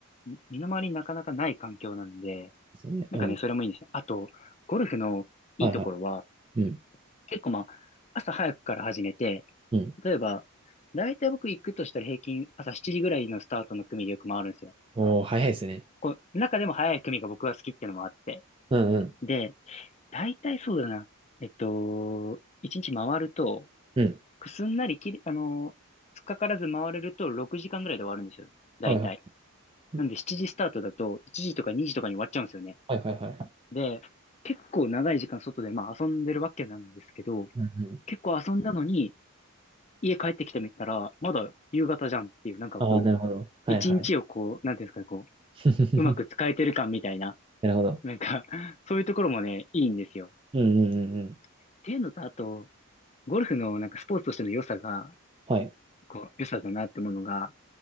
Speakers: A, on the left; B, on the right.
A: み身の回りになかなかない環境なんで、
B: すよね。
A: なんかね、
B: うん。
A: それもいいんですね。あと、ゴルフのいいところは、
B: はいはい。うん。
A: 結構まあ、朝早くから始めて、
B: うん。
A: 例えば、だいたい僕行くとしたら平均朝7時ぐらいのスタートの組でよく回るんですよ。
B: おー、早いですね。
A: こう、中でも早い組が僕は好きっていうのもあって。
B: うんうん。
A: で、だいたいそうだな。えっと、1日回ると、
B: うん。
A: すんなりきり、あのー、つっかからず回れると6時間ぐらいで終わるんですよ。だいたい
B: はいはい。うん
A: なんで7時スタートだと1時とか2時とかに終わっちゃうんですよね。
B: はいはいはい。
A: で、結構長い時間外でまあ遊んでるわけなんですけど、
B: うんうん。
A: 結構遊んだのに家帰ってきてみたら、まだ夕方じゃんっていう、なんかこう、
B: ああ、なるほど。はいはい。
A: 一日をこう、なんていうんですかね、こ
B: <laughs>
A: う、うまく使えてる感みたいな、
B: なるほど。
A: なんか <laughs> そういうところもね、いいんですよ。
B: うんうんうんうん。
A: っていうのと、あと、ゴルフのなんかスポーツとしての良さが、
B: はい。
A: こう、良さだなってものが、